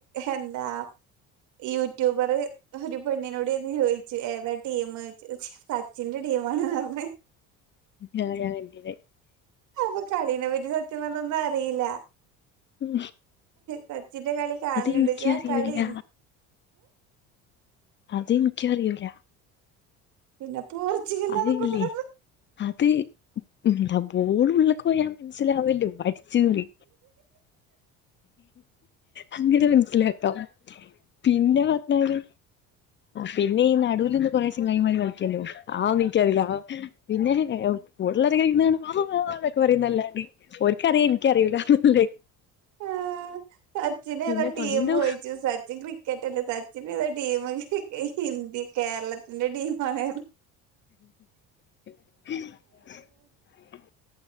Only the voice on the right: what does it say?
എന്താ യൂട്യൂബറ് ഒരു പെണ്ണിനോടെന്ന് ചോയ്ച്ച് ഏതാ ടീമ് ചോയ്ച്ച് സച്ചിന്റെ ടീമാണ് പറഞ്ഞ്
അപ്പൊ കളീനെ പറ്റി സത്യം പറഞ്ഞൊന്നും അറിയില്ല.
സച്ചിന്റെ കളി കാണല്ണ്ട്ച്ചാ
കളി
പിന്നെ പോർച്ചുഗലാന്നൊക്കെ
പറഞ്ഞു
ആഹ് സച്ചിന്
ഏതാ ടീമോയിച്ചു
സച്ചിൻ ക്രിക്കറ്റ് അല്ലെ. സച്ചിനേത ടീമ് ഇന്ത്യ കേരളത്തിന്റെ ടീ ആയ